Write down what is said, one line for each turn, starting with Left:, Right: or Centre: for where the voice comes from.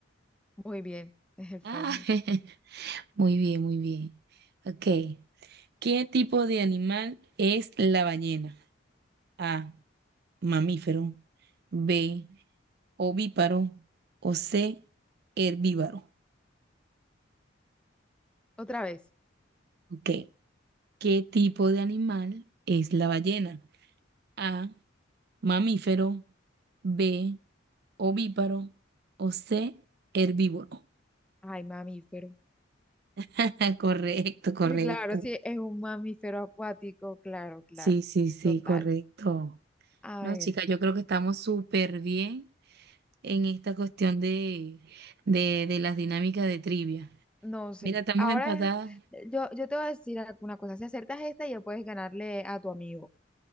Centre: Muy bien, es el fémur.
Right: Ah, <laughs> muy bien, muy bien. Ok. ¿Qué tipo de animal es la ballena? A, mamífero, B, ovíparo o C, herbívoro.
Centre: Otra vez.
Right: Ok, ¿qué tipo de animal es la ballena? A, mamífero, B, ovíparo o C, herbívoro.
Centre: Ay, mamífero.
Right: <laughs> Correcto, correcto.
Centre: Eh, Claro, sí, es un mamífero acuático, claro, claro,
Right: Sí, sí, sí,
Centre: total.
Right: correcto.
Centre: A
Right: No,
Centre: ver,
Right: chicas, yo creo que estamos súper bien. en esta cuestión de, de, de las dinámicas de trivia.
Centre: No, sí.
Right: Mira, estamos
Centre: Ahora
Right: empatadas.
Centre: eh, yo, yo te voy a decir alguna cosa. Si acertas esta, ya puedes ganarle a tu amigo.